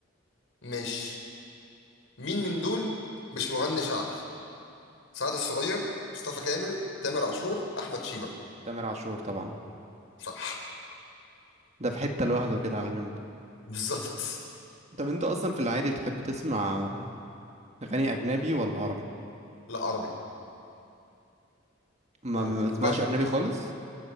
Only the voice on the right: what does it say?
تامر عاشور طبعا
ده في حتة لوحده كده على جنب
طب انت اصلا في العادي بتحب تسمع اغاني اجنبي ولا عربي
ما
ما بتسمعش
اجنبي خالص